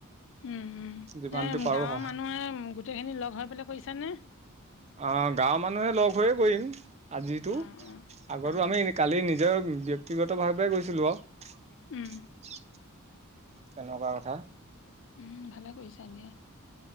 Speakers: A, on the left; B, on the right.
A: উম উম,
B: যিমানটো
A: এ
B: পাৰোঁ
A: গাঁৱৰ
B: সহায়
A: মানুহে গোটেই খিনি লগ হৈ পেললে কৰিছ নে।
B: অ গাঁৱৰ মানুহে লগ হৈয়ে কৰিম আজিতো
A: অঁ অঁ
B: আগতো
A: অঁ
B: আমি এনে কালি নিজৰ ব্যক্তিগতভাৱে গৈছিলো আৰু।
A: উম
B: কেনেকুৱা কথা।
A: উম ভালেই কৰিছা দিয়া।